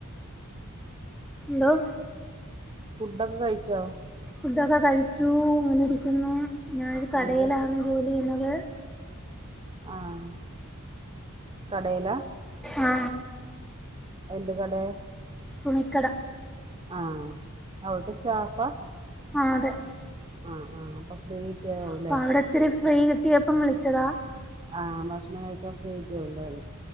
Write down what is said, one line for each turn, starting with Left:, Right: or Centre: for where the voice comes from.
Centre: എന്തോ
Right: ഫുഡൊക്കെ കഴിച്ചോ
Centre: ഫുഡൊക്കെ കഴിച്ചു ഇങ്ങനെ ഇരിക്കുന്നു, ഞാനൊരു കടയിലാണ്
Right: എന്താ
Centre: ജോലി ചെയ്യുന്നത്.
Right: ആഹ കടയില
Centre: ആ
Right: എന്ത് കടേ
Centre: തുണിക്കട
Right: ആഹ അവിടത്തെ സ്റ്റാഫ
Centre: ആഹ അതെ
Right: ആ ആ അപ്പൊ ഫ്രീ കിട്ടിയതാവുംല്ലേ
Centre: അപ്പ അവിടെത്തിരി ഫ്രീ കിട്ടിയപ്പം വിളിച്ചതാ
Right: ആഹ ഭക്ഷണം കഴിക്കാൻ ഫ്രീ <unintelligible> ണ്ടത്.